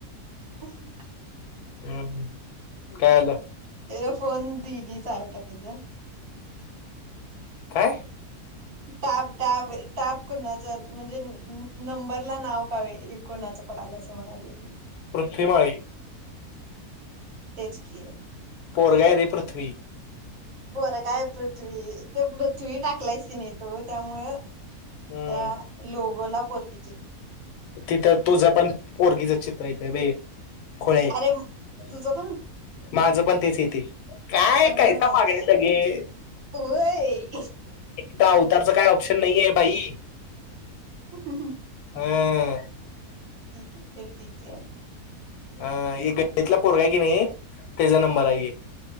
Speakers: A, on the right; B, on the left.
A: <unintelligible>
B: हम् ह् काय आलं.
A: एअरफोन डी डीच आहे का तुझे?
B: काय!
A: ताब दाब टॅप कोणाच म्हणजे नंबरला नाव कावे कोणाचं पडाला असं म्हणालय मी.
B: पृथ्वी <unintelligible> मा
A: तेच किए
B: पोर ग आहे री पृथ्वी.
A: पोरगा आय पृथ्वी ते पृथ्वी टाकलायस की नाही तू त्यामुळ
B: हम्म.
A: त्या लो होला पोरगी
B: तिथं तुझ पण पोरगी चित येते बे ख <unintelligible>
A: अरे तुझं पण
B: माझ पण तेच येते काय
A: होय
B: कायसा मागे सगे
A: होय
B: त्याच काही ऑप्शन नाहीये बाई.
A: अहंहं.
B: हम्म.
A: ठीक हे फिर ठिक हे-
B: अ इग इतला पोरगा आय की नाही त्याचा नंबर आहे हे.